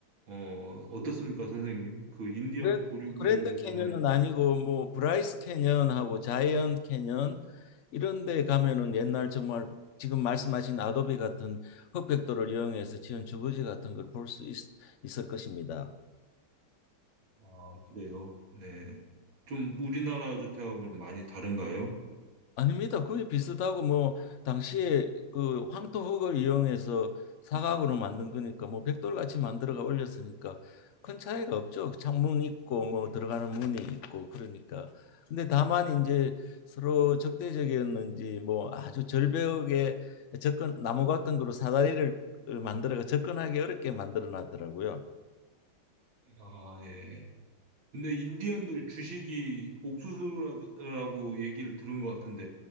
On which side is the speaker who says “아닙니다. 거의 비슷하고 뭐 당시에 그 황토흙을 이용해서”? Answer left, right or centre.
Left